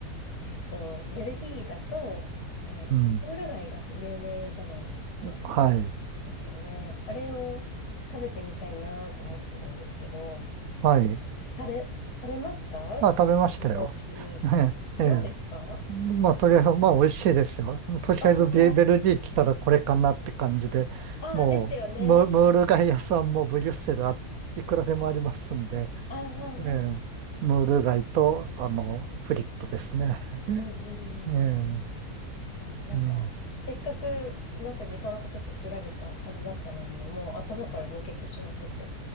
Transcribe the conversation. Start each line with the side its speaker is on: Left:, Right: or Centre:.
Left: えっと、ベルギーだと、えっと、
Right: うん。
Left: ムール貝が有名じゃないですか。
Right: はい。
Left: ですよね。あれも食べてみたいなと思ってるんですけど、
Right: はい。
Left: 食べ、食べました
Right: あ、食べましたよ。
Left: 旅行中に。
Right: <laughs> ええ。
Left: どうですか
Right: ええまあ、とりあえず、まあ、美味しいですよ。とりあえずベ、
Left: ああー、
Right: ベルギー来たらこれかなって感じで、
Left: あーですよね。
Right: もう、ム、ムール貝屋さんもブリュッセルあ、いくらでもありますんで、
Left: ああ、あーあー、
Right: ええムール貝と、あの、フリットですね。
Left: うんうんうん。
Right: ええ
Left: まあ、なんか、
Right: うん
Left: せっかく、なんか時間かけて調べたはずだったのに、もう頭から抜けてしまってて、